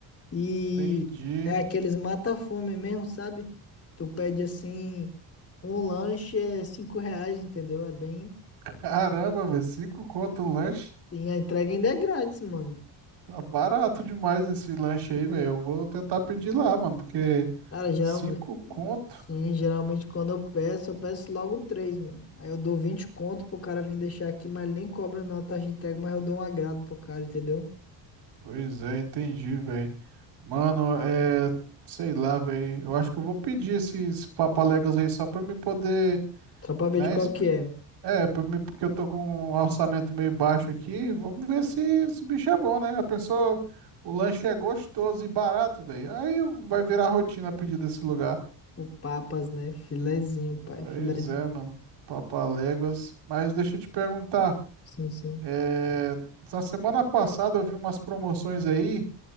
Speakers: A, on the left (about 30°); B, on the right (about 65°).
A: E
B: Entendi.
A: é aqueles mata-fome mesmo, sabe? Tu pede assim, um lanche é cinco reais, entendeu? É bem.
B: Caramba, velho, cinco conto o lanche.
A: E a entrega ainda é grátis, mano.
B: Tá barato demais esse lanche aí, velho. Eu vou tentar pedir lá, mano, porque
A: Cara, geral,
B: cinco conto.
A: Sim, geralmente quando eu peço, eu peço logo três, mano. Aí eu dou 20 conto pro cara vir deixar aqui, mas ele nem cobra não a taxa de entrega, mas eu dou um agrado pro cara, entendeu?
B: Pois é, entendi, velho. Mano, é. Sei lá, velho. Eu acho que eu vou pedir esses papaléguas aí só pra me poder,
A: Só pra ver
B: né?
A: de qual que é.
B: É, pra mim, porque eu tô com um orçamento meio baixo aqui. Vamos ver se esse bicho é bom, né? A pessoa, o lanche é gostoso e barato, velho. Aí vai virar rotina pedir desse lugar.
A: O Papas, né? Filezinho, pai,
B: Pois
A: filezinho.
B: é, mano. Papaléguas. Mas deixa eu te perguntar.
A: Sim, sim.
B: é, Na semana passada eu vi umas promoções aí